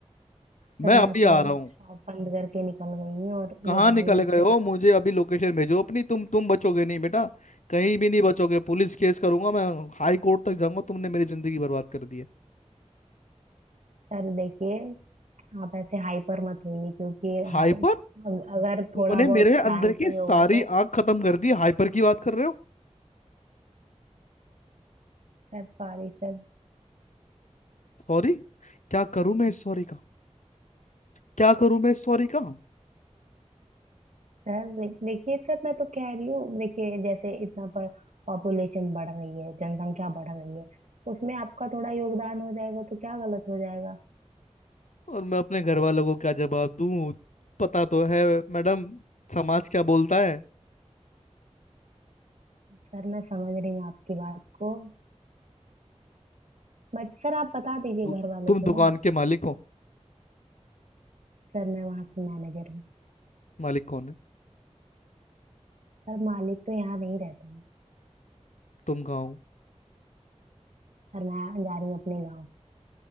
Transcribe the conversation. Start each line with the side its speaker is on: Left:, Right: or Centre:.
Left: मैं
Right: सर मैं
Left: अभी आ
Right: तो
Left: रहा हूँ
Right: शॉप बंद करके निकल गई हूँ और
Left: कहाँ
Right: ये दवाइयाँ
Left: निकल
Right: मुझ
Left: गए
Right: पे
Left: हो
Right: खा
Left: मुझे अभी लोकेशन भेजो अपनी तुम तुम बचोगे नहीं बेटा कहीं भी नहीं बचोगे पुलिस केस करूंगा मैं हाई कोर्ट तक जाऊंगा तुमने मेरी जिंदगी बर्बाद कर दी है
Right: सर देखिए आप ऐसे हाइपर मत होइए क्योंकि
Left: हाइपर
Right: हाई अगर
Left: तुमने
Right: थोड़ा बहुत
Left: मेरे अंदर
Right: चांस
Left: की
Right: भी
Left: सारी
Right: होगा तो
Left: आग खत्म कर दी हाइपर की बात कर रहे हो
Right: Sir sorry sir
Left: सॉरी क्या करूं मैं इस सॉरी का क्या करूं मैं इस सॉरी का <laughs>
Right: सर दे- देखिए सर मैं तो कह रही हूँ देखिए जैसे इतना पर पॉपुलेशन बढ़ रही है जनसंख्या बढ़ रही है उसमें आपका थोड़ा योगदान हो जाएगा तो क्या गलत हो जाएगा
Left: और मैं अपने घर वालों को क्या जवाब दूं पता तो है मैडम समाज क्या बोलता है
Right: सर मैं समझ रही हूँ आपकी बात को बट सर आप बता दीजिए
Left: तु,
Right: घर वालों
Left: तुम
Right: को
Left: दुकान
Right: ना
Left: के मालिक हो
Right: सर मैं वहाँ की मैनेजर हूँ
Left: मालिक कौन है
Right: सर मालिक तो यहाँ नहीं रहता है
Left: तुम कहाँ हो
Right: सर मैं जा रही हूँ अपने गाँव